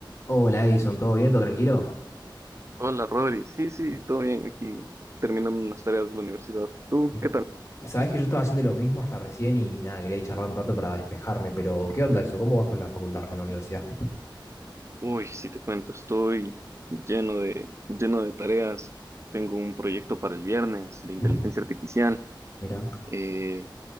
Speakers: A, on the left; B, on the right.
A: Hola Edison, ¿todo bien? ¿Todo tranquilo?
B: Hola, Rodri. Sí, sí, todo bien aquí, terminando unas tareas de la universidad. ¿Tú
A: Mira,
B: qué tal?
A: sabés que yo estaba haciendo lo mismo hasta recién y nada, quería ir charlar un rato para despejarme, pero ¿qué onda eso? ¿Cómo vas con la facultad, con la universidad?
B: Uy, si te cuento, estoy lleno de, lleno de tareas. Tengo un proyecto para el viernes de inteligencia
A: Ujú,
B: artificial.
A: Mirá.
B: Eh,